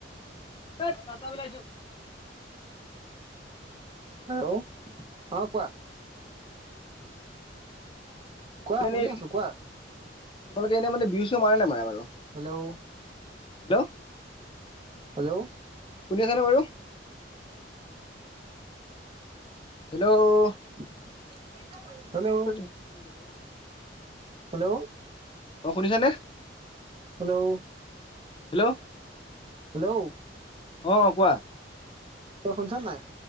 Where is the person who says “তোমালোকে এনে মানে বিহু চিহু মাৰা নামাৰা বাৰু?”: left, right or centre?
Left